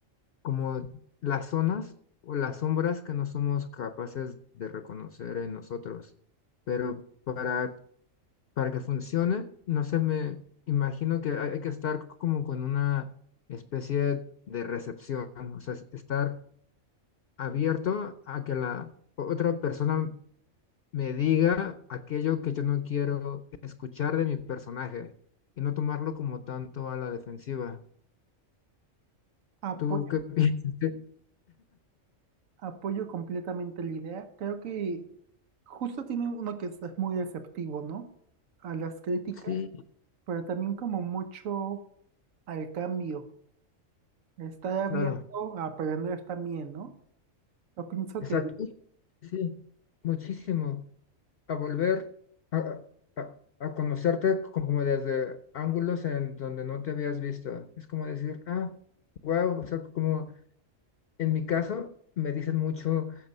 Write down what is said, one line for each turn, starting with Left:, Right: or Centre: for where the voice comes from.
Left: como las zonas o las sombras que no somos capaces de reconocer en nosotros. Pero para, para que funcione, no sé, me imagino que hay, hay que estar como con una especie de recepción, o sea, es- estar abierto a que la o- otra persona me diga aquello que yo no quiero escuchar de mi personaje y no tomarlo como tanto a la defensiva.
Right: apoyo,
Left: ¿Tú qué piensas? Sí,
Right: apoyo completamente la idea. Creo que justo tiene uno que es muy receptivo, ¿no? A las críticas
Left: <laughs> sí,
Right: pero también como mucho al cambio, estar abierto
Left: claro,
Right: a aprender también, ¿no? Yo pienso
Left: exacto.
Right: que
Left: Sí, muchísimo. A volver a, a- a conocerte como desde ángulos en donde no te habías visto. Es como decir, ah, wow, o sea, como en mi caso, me dicen mucho